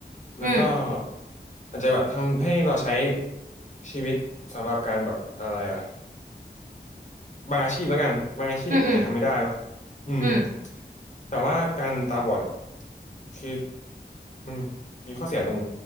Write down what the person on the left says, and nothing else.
แล้วก็
อาจจะแบบทำให้เราใช้ชีวิตสำหรับการแบบอะไรอ่ะบางอาชีพแล้วกันบางอาชีพอาจจะทำไม่ได้เนอะ
อืม
แต่ว่าการตาบอดเนี่ยคือมันมีข้อเสียตรง